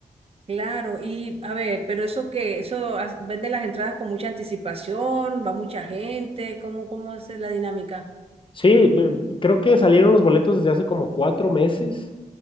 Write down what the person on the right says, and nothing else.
Claro, y a ver, pero eso que, eso as- venden las entradas con mucha anticipación, va mucha gente, ¿cómo, cómo es la dinámica?